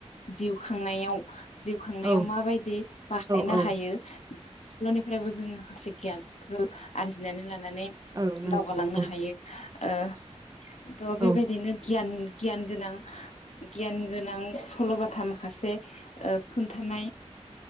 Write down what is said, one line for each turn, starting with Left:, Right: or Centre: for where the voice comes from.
Left: जिउ खांनायाव जिउ खांनायाव
Right: औ
Left: माबायदि बाहायनो
Right: औ
Left: हायो? सखल'निफ्रायबो जोङो। गियान आरजिनानै लानो नानै
Right: औ नंगौ
Left: दावगालांनो
Right: औ
Left: हायो। ओ त
Right: औ
Left: बे बायदिनो गियान गियान गोनां गियान गोनां सल'बाथा माखासे ओ खोन्थानाय